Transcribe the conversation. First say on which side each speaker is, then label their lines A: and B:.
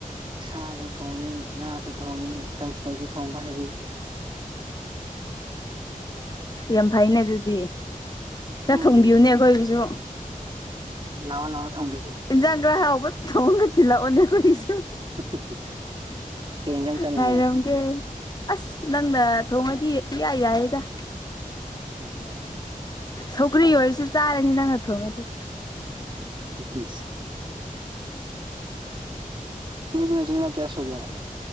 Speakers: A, on the right; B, on the left.
A: ꯁꯥꯁꯨ ꯊꯣꯡꯉꯤ ꯉꯥꯁꯨ ꯊꯣꯡꯉꯤ ꯀꯥꯡꯁꯣꯏꯁꯨ ꯊꯣꯡꯕ ꯍꯩ
B: ꯌꯥꯝ ꯐꯩꯅꯦ ꯑꯗꯨꯗꯤ ꯈꯔ
A: ꯎꯝ
B: ꯊꯣꯡꯕꯤꯌꯨꯅꯦ ꯑꯩꯈꯣꯏꯒꯤꯁꯨ
A: ꯂꯥꯛꯑꯣ ꯂꯥꯛꯑꯣ ꯊꯝꯕꯤꯒꯦꯣ
B: ꯏꯟꯁꯥꯡ ꯒꯔ ꯍꯥꯎꯕ ꯊꯃꯒ ꯊꯤꯜꯂꯛꯑꯣꯅꯦ ꯑꯩꯈꯣꯏꯒꯤꯁꯨ
A: <unintelligible> ꯀꯩ ꯏꯟꯖꯥꯡ ꯆꯥꯅꯤꯡꯉꯦ
B: ꯉꯥꯏꯔꯝꯒꯦ ꯑꯁ ꯅꯪꯅ ꯊꯣꯡꯉꯗꯤ ꯏꯌꯥꯏ ꯌꯥꯏꯌꯦꯗ
A: ꯑꯣ
B: ꯁꯧꯈ꯭ꯔꯤ ꯑꯣꯏꯔꯁꯨ ꯆꯥꯔꯅꯤ ꯅꯪꯅ ꯊꯣꯡꯉꯗꯤ
A: ꯀꯜ ꯃꯣꯏ ꯆꯤꯡꯅ ꯀꯌꯥꯁꯁꯨꯒ